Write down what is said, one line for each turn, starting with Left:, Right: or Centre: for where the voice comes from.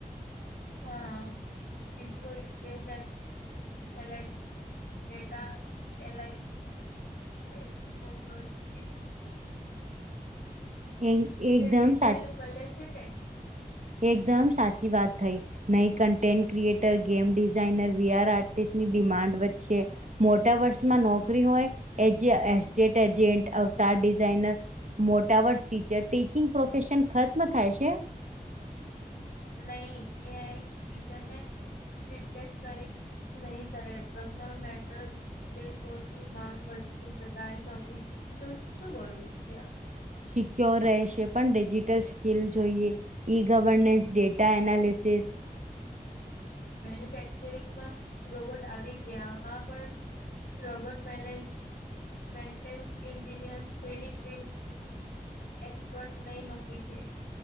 Left: હા ઇસરો સ્પેસક્સ સેલેડ ડેટા <inaudible> એસ્ટ્રોલોજસ્ટ
Right: છે એકદમ
Left: હેટી ફિલ્ડ
Right: સાચું
Left: મળલેે છે કે.
Right: એકદમ સાચી વાત થઈ નઈ content creator game designer VR આર્ટિસ્ટની ડિમાન્ડ વચ્ચે મોટા વર્ષમાં નોકરી હોય એ જે એસ્ટેટ એજન્ટ અવતાર ડિઝઇનર મોટા વર્ષ ટીચર ટીચિંગ પ્રોફેશન ખત્મ થાય છે.
Left: નહી એ આઈ ટીચરને રિપ્લેસ કરી. નહીં કરે પર્સનલ મેટર કોચની માંગ વધશે સરકારી નોકરી નું શું ભવિષ્ય??
Right: સિક્યોર રહેશે પણ ડિજિટલ સ્કીિલ જોઈએ. ઇ ગવર્નન્સ ડેટા એનાલીસિસ
Left: મેન્યુફેક્ચરિંગમાં રોબોટ આવી ગયામાં પણ રોબર્ટ મેનેસ મેન્ટેન્સ ન્જિનિયર થ્રીડી પ્રિમસ એક્સપર્ટ નહી નોકરી છે.